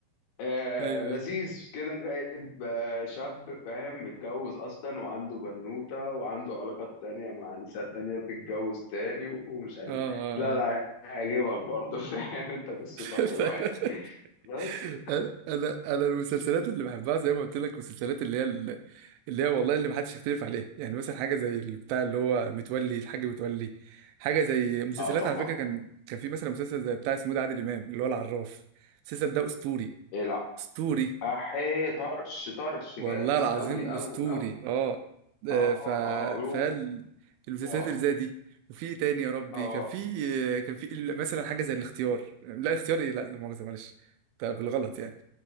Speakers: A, on the left (about 70°); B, on the right (about 85°).
A: آه
B: ايوه
A: لذيذ
B: ايوه
A: كده جايب آه شاب فاهم متجوز اصلا وعنده بنوته وعنده علاقات تانية مع نساء تانية بتتجوز تاني ومش عارف
B: اه اه
A: إيه. لا لا هيعجبك برضه <laughs> فاهم انت قصته
B: اه
A: حلوه يعني
B: <laughs>
A: بس
B: انا انا أنا المسلسلات اللي بحبها زي ما قلت لك مسلسلات اللي هي ال- اللي هي والله اللي محدش يختلف عليها يعني مثلا حاجه زي اللي بتاع اللي هو متولي الحاج متولي حاجه زي مسلسلات
A: اه طبعا
B: على فكره كان كان في مثلا مسلسل زي بتاع اسمه ده عادل امام اللي هو العراف المسلسل ده اسطوري
A: إيه لا
B: اسطوري
A: احي طرش طرش
B: والله
A: جامد
B: العظيم
A: قوي قوي
B: اسطوري
A: قوي
B: اه آه،
A: اه
B: ف
A: اه اه
B: فال المسلسلات
A: اه
B: اللي زي دي وفي إيه تاني يا ربي
A: اه
B: كان في كان في مثلا حاجه زي الاختيار لا اختياري لا لا مؤاخذه معلش طب بالغلط يعني.